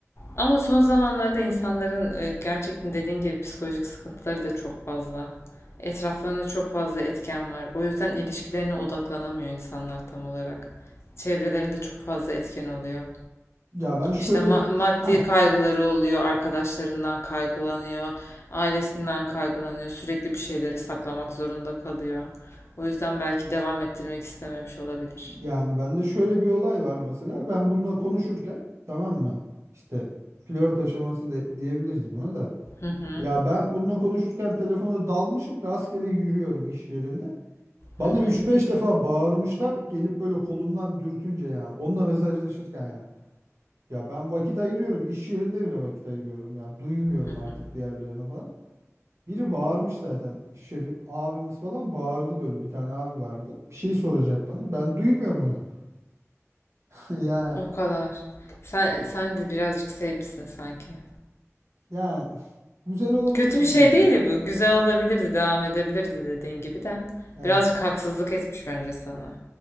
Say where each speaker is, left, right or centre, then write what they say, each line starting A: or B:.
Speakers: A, on the left; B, on the right.
A: Ama son zamanlarda insanların e, gerçekten dediğin gibi psikolojik sıkıntıları da çok fazla. Etraflarında çok fazla etken var. O yüzden ilişkilerine odaklanamıyor insanlar tam olarak. Çevrelerinde çok fazla etken oluyor.
B: Ya ben şöyle
A: İşte ma-
B: bir
A: maddi
B: ah
A: kaygıları oluyor, arkadaşlarından kaygılanıyor, ailesinden kaygılanıyor. Sürekli bir şeyleri saklamak zorunda kalıyor. O yüzden belki devam ettirmek istememiş olabilir.
B: yani bende şöyle bir olay var mesela. Ben bununla konuşurken tamam mı? İşte flört aşaması de, diyebiliriz buna da.
A: Hı hı,
B: Ya ben bununla konuşurken telefona dalmışım rastgele yürüyorum iş yerinde. Bana
A: hı hı,
B: üç beş defa bağırmışlar gelip böyle kolumdan dürtünce ya. Onunla mesajlaşırken ya. Ya ben vakit ayırıyorum. iş yerinde bile vakit ayırıyorum ya. Duymuyorum
A: hı hı.
B: artık diğerlerini falan. Biri bağırmış zaten. Şefi abimiz falan bağırdı böyle. Bir tane abi vardı. Bir şey soracak bana. Ben duymuyorum onu. <laughs> Ya
A: O kadar. Sen sen de birazcık sevmişsin sanki.
B: ya güzel olabilir
A: Kötü
B: dedi.
A: bir şey değil bu. Güzel olabilirdi, devam edebilirdi dediğin gibi de.
B: Yani
A: Birazcık haksızlık etmiş bence sana.